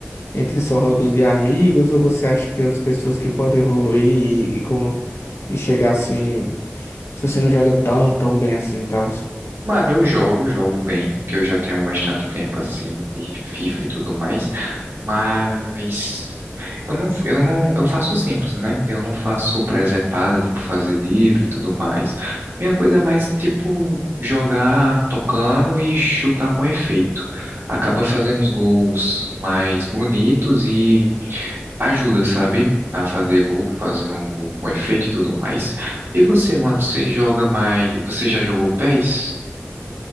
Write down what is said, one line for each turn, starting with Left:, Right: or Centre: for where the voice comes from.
Left: entre sua rodinha de amigos, ou você acha que tem outras pessoas que podem evoluir e, e, com, e chegar assim, se você não joga tão, tão bem assim e tal?
Right: Mano, eu jogo, jogo bem, porque eu já tenho bastante tempo assim de FIFA e tudo mais, mas eu não, eu não, eu faço simples, né? Eu não faço presepada, tipo fazer drible e tudo mais. Minha coisa é mais tipo jogar tocando e chutar com efeito. Acaba fazendo os gols mais bonitos e ajuda, sabe? A fazer gol, fazendo um gol com efeito e tudo mais. E você, mano, você joga mais, você já jogou pés